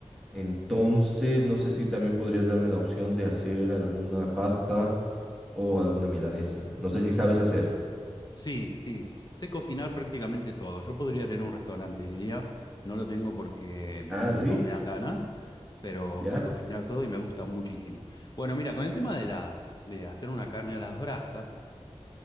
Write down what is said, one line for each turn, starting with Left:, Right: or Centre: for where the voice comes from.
Centre: Entonces, no sé si también podrías darme la opción de hacer alguna pasta o alguna milanesa. No sé si sabes hacer.
Left: Sí, sí, sé cocinar prácticamente todo. Yo podría tener un restaurante, diría. No lo tengo porque no
Centre: Ah, sí,
Left: me dan ganas, pero
Centre: ya,
Left: sé cocinar todo y me gusta muchísimo. Bueno, mira, con el tema de las, de hacer una carne a las brasas.